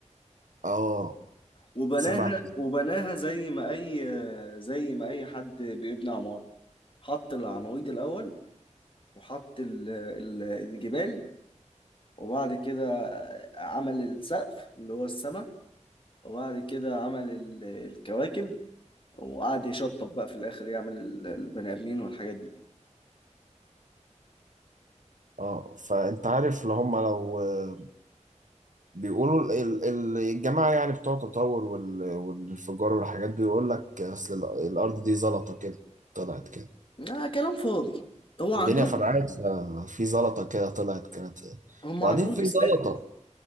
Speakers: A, on the right; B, on the left.
A: اه
B: وبناها
A: سبع ايام
B: وبناها زي ما اي آه، زي ما اي حد بيبني عمارة حط العواميد الاول وحط ال... ال... الجبال وبعد كده آه، عمل السقف اللي هو السماء وبعد كده عمل ال... الكواكب وقعد يشطب بقى في الاخر يعمل ال- البني ادمين والحاجات دي
A: اه فانت عارف اللي هم لو آه، بيقولوا ال- ال- ال- الجماعه يعني بتوع التطور وال- والانفجار والحاجات بيقول لك اصل ال- الارض دي زلطه كده طلعت كده
B: لا كلام فاضي هو عندهم
A: الدنيا فرقعت ففي زلطه كده طلعت كانت
B: هم
A: وبعدين
B: عندهم
A: في
B: اثبات
A: زلطه